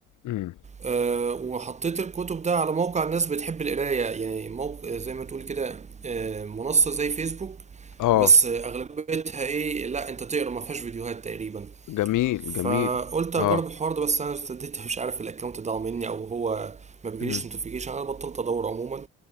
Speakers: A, on the left (about 85°); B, on the right (about 25°).
A: امم
B: أه وحطيت الكتب ده على موقع الناس بتحب القراية يعني موقع زي ما تقول كده أه منصة زي فيسبوك
A: اه
B: بس أغلبيتها إيه لا أنت تقرا ما فيهاش فيديوهات تقريبا
A: جميل جميل
B: فقلت أجرب
A: اه
B: الحوار ده بس أنا ابتديت مش عارف الأكونت ضاع مني أو هو ما بيجيليش
A: مم.
B: نوتيفيكيشن أنا بطلت أدور عموما